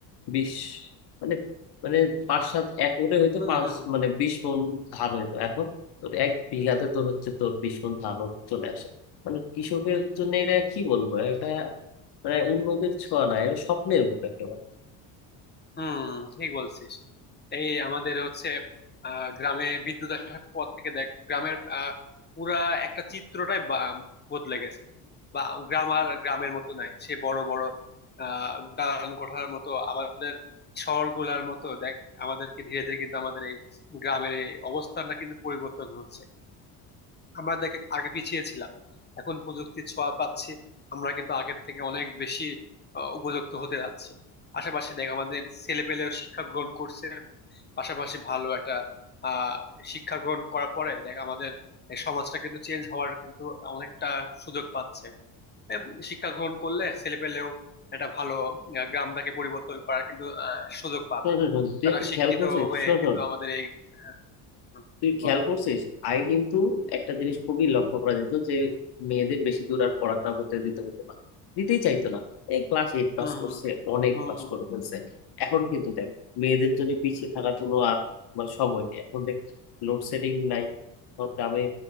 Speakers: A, on the left (about 65°); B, on the left (about 25°).
A: বিশ মানে মানে পাঁচ সাত একরে হয়তো
B: হম
A: পাঁচ
B: হম
A: মানে বিশ মণ ধান হইতো এখন তোর এক বিঘাতে তোর হচ্ছে তোর বিশ মণ ধান চলে আসে মানে কৃষকের জন্য এটা কি বলবো এটা মানে উন্নতির ছোঁয়া না এটা স্বপ্নের মতো একেবারে
B: হুম ঠিক বলছিস এই আমাদের হচ্ছে আহ, গ্রামে বিদ্যুৎ আসার পর থেকে দেখ গ্রামের আহ, পুরা একটা চিত্রটাই বা- বদলে গেছে বা গ্রাম আর গ্রামের মতো নাই সে বড় বড় আহ দালান কোঠার মতো আমাদের শহরগুলার মতো দেখ আমাদেরকে ধীরে ধীরে কিন্তু আমাদের এই গ্রামের এই অবস্থানটা কিন্তু পরিবর্তন হচ্ছে আমরা দেখ আগে পিছিয়ে ছিলাম এখন প্রযুক্তির ছোঁয়া পাচ্ছি আমরা কিন্তু আগের থেকে অনেক বেশি আহ, উপযুক্ত হতে যাচ্ছি পাশাপাশি দেখ আমাদের ছেলে পেলেও শিক্ষা গ্রহণ করছে পাশাপাশি ভালো একটা আহ শিক্ষা গ্রহণ করার পরে দেখ আমাদের এই সমাজটা কিন্তু চেঞ্জ হওয়ার কিন্তু অনেকটা সুযোগ পাচ্ছে এম, শিক্ষা গ্রহণ করলে ছেলে পেলেও একটা ভালো আহ, গ্রামটাকে পরিবর্তন করার কিন্তু আহ, সুযোগ পাবে
A: শোন শোন শোন, তুই
B: তারা
A: একটা
B: শিক্ষিত
A: খেয়াল করছিস
B: হয়ে
A: শোন
B: কিন্তু
A: শোন
B: আমাদের এই হ্যাঁ, হুম,
A: তুই খেয়াল
B: বল
A: করছিস আগে কিন্তু একটা জিনিস খুবই লক্ষ্য করা যেত যে মেয়েদের বেশি দূর আর পড়াশোনা করতে দিতে হতো না দিতেই চাইতো না এই ক্লাস এইট পাস
B: হুম
A: করছে
B: হুম
A: অনেক
B: হুম
A: পাস
B: হুম
A: করে ফেলছে এখন কিন্তু দেখ মেয়েদের জন্য পিছিয়ে থাকার কোনো আর মানে সময় নেই এখন দেখ লোডশেডিং নাই সব গ্রামে